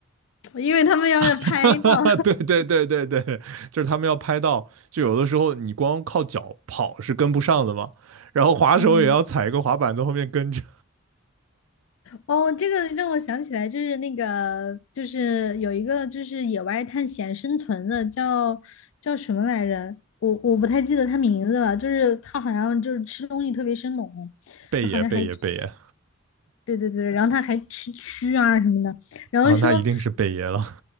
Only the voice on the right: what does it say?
<laughs> 哈哈，对对对对对，就是他们要拍到，就有的时候你光靠脚跑是跟不上的嘛，然后滑手也要踩一个滑板在后面跟着，
贝爷贝爷贝爷
啊，那一定是贝爷了，